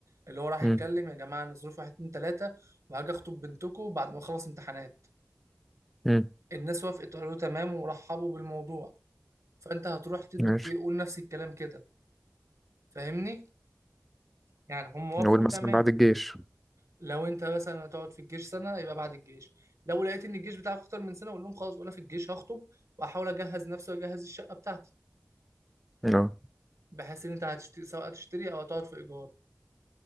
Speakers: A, on the right; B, in the centre.
A: اللي هو راح
B: امم
A: يتكلم يا جماعه انا ظروف واحد اتنين تلاته وهاجي اخطب بنتكم بعد ما اخلص امتحانات
B: امم
A: الناس وافقت وقالوا تمام ورحبوا بالموضوع فانت هتروح تد-
B: ماشي
A: تقول نفس الكلام كده فاهمني يعني هم وافقوا
B: نقول
A: تمام
B: مثلا بعد الجيش
A: لو انت مثلا هتقعد في الجيش سنه يبقى بعد الجيش لو لقيت ان الجيش بتاعك اكتر من سنه اقول لهم خلاص وانا في الجيش هخطب واحاول اجهز نفسي واجهز الشقه بتاعتي
B: اه
A: بحيث ان انت هتشتري سواء هتشتري او هتقعد في ايجار